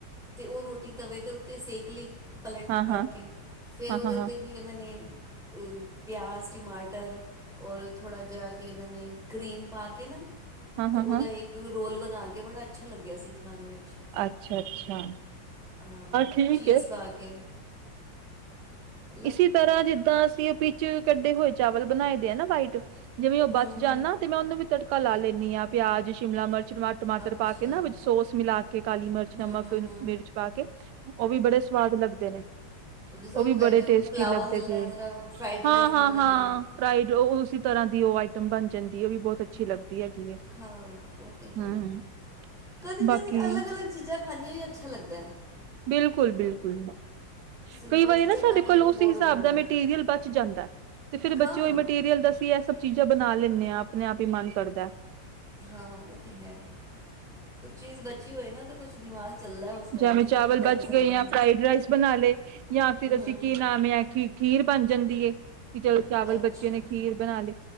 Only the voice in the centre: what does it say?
ਤੇ ਓਹ ਰੋਟੀ ਤਵੇ ਦੇ ਉੱਤੇ ਸੇਕ ਲੀ। ਪਲਟ
ਪਲਟ
ਕੇ ਫਿਰ
ਉਹਦੇ
ਤੇ ਕੀ ਕਹਿੰਦੇ ਨੇ ਪਿਆਜ਼, ਟਿਮਾਟਰ ਔਰ ਥੋੜ੍ਹਾ ਜਿਹਾ ਕੀ ਕੈੰਦੇ ਨੇ ਕਰੀਮ ਪਾ ਕੇ ਨਾ
ਤੇ
ਓਹਦਾ
ਇੱਕ ਰੋਲ ਬਣਾ ਕੇ ਬੜਾ - ਅੱਛਾ ਲੱਗਿਆ ਸੀ ਖਾਣ ਵੇਵਿਚ।
ਹਾਂ,
ਚੀਜ਼
ਪਾ ਕੇ। ਮਤਲਬ
ਹੂੰ
ਹੂੰ
ਅੱਛਾ
ਹੂੰ
ਹੂੰ ਹੂੰ
ਜਿਵੇਂ
ਵੈਜ
ਪਲਾਓ
ਮਿਲਦਾ
ਹੈ ਜਰਾ ਫਰਾਈਡ ਰਾਈਸ
ਮਿਲਦੇ
ਨੇ
ਹਾਂ ਉਹ ਤੇ ਹੈ
ਕਦੀ, ਕਦੀ
ਅਲੱਗ, ਅਲੱਗ ਚੀਜ਼ਾਂ ਖਾਣੀ ਵੀ ਅੱਛਾ ਲੱਗਦਾ ਏ।
ਸਿੰਪਲ
ਚੀਜ਼ਾਂ
ਖਾ ਕੇ
ਵੀ
ਬੋਰ
ਹੋ ਜਾਂਦਾ
ਹੈ
ਹਾਂ
ਹਾਂ ਉਹ ਤੇ ਹੈ। ਕੁਛ ਚੀਜ਼ ਬਚੀ ਹੋਏ ਨਾ ਤੇ ਕੁਝ ਦਿਮਾਗ ਚੱਲਦਾ ਹੈ ਉਸ
ਟਾਈਮ ਕੀ
ਕੀ ਬਣ
ਸਕਦਾ
ਹੈ
ਹੂੰ
ਅੱਛਾ